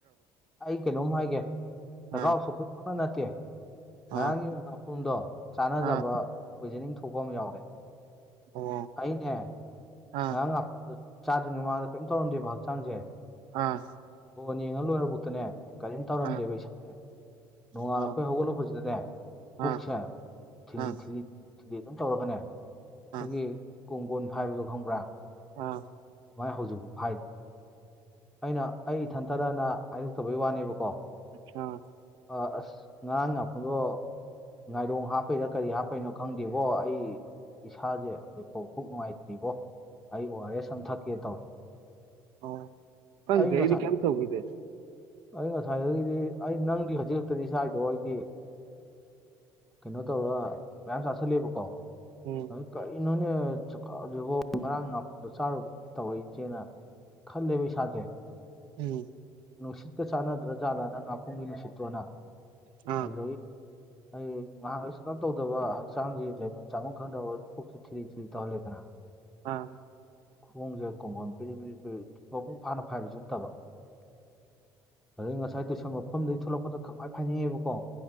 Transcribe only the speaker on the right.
ꯑꯥ
ꯑꯥ
ꯑꯥ
ꯑꯣ
ꯑꯥ
ꯑꯥ
ꯑꯥ
ꯑꯥ
ꯑꯥ
ꯑꯥ ꯑꯥ
ꯑꯥ
ꯑꯥ
ꯑ
ꯑꯣ ꯈꯪꯗꯦ
ꯑꯩꯗꯤ ꯀꯩꯝ ꯇꯧꯈꯤꯗꯦ
ꯎꯝ
ꯎꯝ
ꯑ
ꯑꯥ